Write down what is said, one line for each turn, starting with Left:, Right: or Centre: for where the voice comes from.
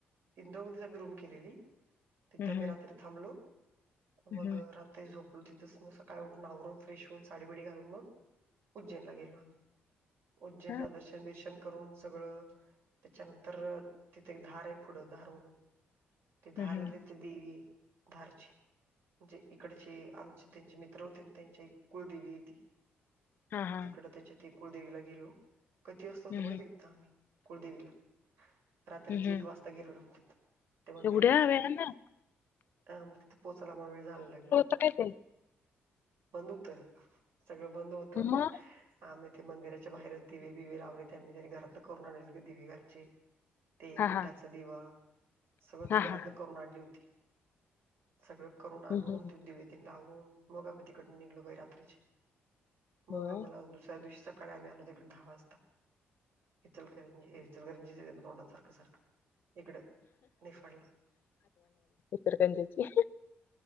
Right: इंदोरमध्येध्येच आम्ही रूम केलेली तिथं
Left: हम्म
Right: आम्ही रात्री थांबलो
Left: हम्म
Right: मग रात्री झोप तिथंच मग सकाळी उठून आवरून फ्रेश होऊन साडीबडी घालून मग उज्जैनला गेलो आम्ही उज्जैनला
Left: हा
Right: दर्शन बिर्शन करून सगळं त्याच्यानंतर तिथे एक धार आहे पुढं धार म्हणून. ते धारला
Left: हम्म
Right: तिथे देवी आहे धारची म्हणजे इकडचे- आमचे त्यांचे मित्र होते त्यांची कुलदेवी होती
Left: हा हा
Right: तिकड त्यांच्या ते कुळदेवीला गेलो. किती वाजता
Left: हम्म
Right: होतो माहिती तथ आम्ही कुळदेवीला रात्रीची
Left: हम्म
Right: एक वाजता गिरड तथ ते मंदिरात
Left: एवढ्या वेळानं
Right: अ तिथे पोहोचायला मला वेळ झाले ला ग.
Left: <unintelligible>
Right: बंद होत सगळं बंद होत.
Left: मग
Right: आम्ही ते मंदिराच्या बाहेरच दिवे बिवे लावले त्यांनी त्यांनी घरात करून आले दिवे घरचे ते
Left: हा
Right: पिठाच
Left: हा
Right: दिवा सगळं ती
Left: हा
Right: घरातन
Left: हा
Right: करून आणली होती. सगळं करून आणून
Left: हम्म.
Right: ते दिवेत लावून मग आम्ही तिकड निघलो बा रात्रीचे मग
Left: होय
Right: आम्हाला दुसऱ्या दिवशी सकाळी आ् आलो तिकड दहा वाजता- इचलकरंजी इचलकरंजी तोंडा सारख सारखं. इकडं निफाळला.
Left: सिरकंजाची